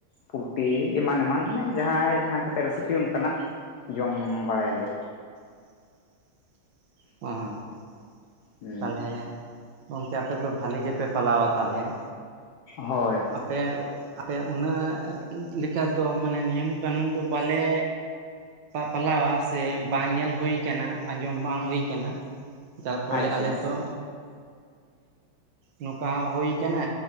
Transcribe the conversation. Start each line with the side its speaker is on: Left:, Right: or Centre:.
Left: ᱯᱳᱞᱴᱤ ᱮᱢᱟᱱ ᱮᱢᱟᱱ ᱛᱮᱱᱟᱜ ᱡᱟᱦᱟᱸᱭ ᱡᱟᱦᱟᱸ ᱠᱟᱛᱮᱫ ᱨᱮᱥᱤᱯᱤ ᱚᱱᱠᱟᱱᱟᱜ ᱡᱚᱢ ᱵᱟᱲᱟᱭᱟ ᱞᱮ
Right: <unintelligible>
Left: ᱦᱩᱸ
Right: ᱛᱟᱞᱦᱮ ᱜᱚᱢᱠᱮ ᱟᱯᱮ ᱫᱚ ᱵᱷᱟᱹᱞᱤ ᱜᱮᱯᱮ ᱯᱟᱞᱟᱣᱟ ᱛᱟᱦᱚᱞᱮ ᱦᱮᱸ
Left: ᱦᱳᱭ
Right: ᱯᱮ ᱟᱯᱮ ᱩᱱᱟᱹᱜ ᱞᱮᱠᱟ ᱫᱚ ᱢᱟᱱᱮ ᱱᱤᱭᱚᱢ ᱠᱟᱹᱱᱩᱱ ᱫᱚ ᱵᱟᱞᱮ ᱯᱟᱞᱟᱣᱟ ᱥᱮ ᱵᱟᱝ ᱧᱮᱞ ᱦᱩᱭ ᱠᱟᱱᱟ ᱟᱸᱡᱚᱢ ᱵᱟᱝ ᱦᱩᱭ ᱠᱟᱱᱟ ᱾ ᱵᱚᱞᱮ
Left: ᱟᱪᱪᱷᱟ
Right: ᱟᱞᱮ ᱫᱚ ᱱᱚᱝᱠᱟ ᱦᱩᱭ ᱠᱟᱱᱟ